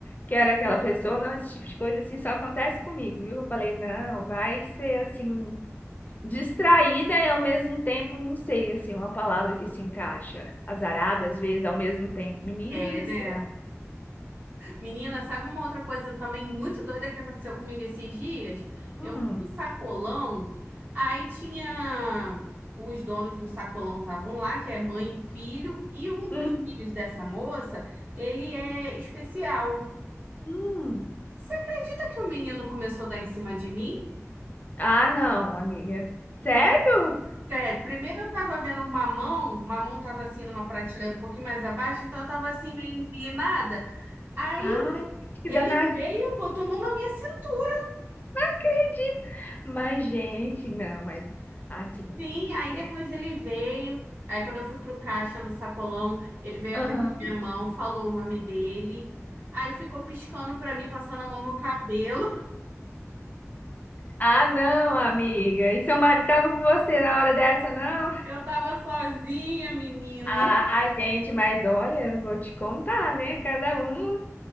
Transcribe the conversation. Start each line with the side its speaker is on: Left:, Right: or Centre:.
Left: que era
Right: <laughs>
Left: aquela pessoa? Não, esse tipo de coisa, assim, só acontece comigo, viu? Eu falei, não, vai ser, assim, distraída e ao mesmo tempo, não sei, assim, uma palavra que se encaixa. Azarada, às vezes, ao mesmo tempo. Menino
Right: é,
Left: do
Right: né?
Left: céu.
Right: Menina, sabe uma outra coisa também muito doida que aconteceu comigo esses dias?
Left: Hum,
Right: Eu fui no sacolão, aí tinha os donos do sacolão estavam lá, que é mãe e filho, e um dos
Left: hum,
Right: filhos dessa moça, ele é especial.
Left: hum.
Right: Você acredita que o menino começou a dar em cima de mim?
Left: Ah, não, amiga. Sério?
Right: Sério, primeiro eu tava vendo o mamão, o mamão tava assim numa prateleira um pouquinho mais abaixo, então eu tava assim meio inclinada. Aí
Left: Ai, que
Right: ele
Left: danadinho.
Right: veio, botou a mão na minha cintura.
Left: acredito. Mas, gente, não, mas assim.
Right: Sim, aí
Left: é.
Right: depois ele veio. Aí quando eu fui pro caixa no sacolão, ele veio
Left: Aham.
Right: apertar minha mão, falou o nome dele. Aí ficou piscando pra mim, passando a mão no cabelo. <laughs>
Left: Ah, não, amiga. E seu marido tava com você na hora dessa, não?
Right: Eu tava sozinha, menina.
Left: Ah, gente, mas olha, vou te contar, né? Cada um